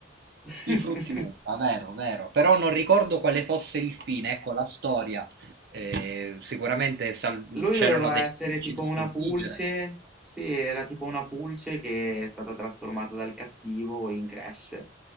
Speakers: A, in the centre; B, on the right.
A: <laughs>
B: I frutti uva, vero, vero. Però non ricordo quale fosse il fine, ecco la storia. Eh, sicuramente sal-
A: Lui
B: c'erano
A: doveva
B: dei
A: essere
B: nemici
A: tipo
B: da sconfiggere.
A: una pulce. Sì, era tipo una pulce che è stata trasformata dal cattivo in Crash.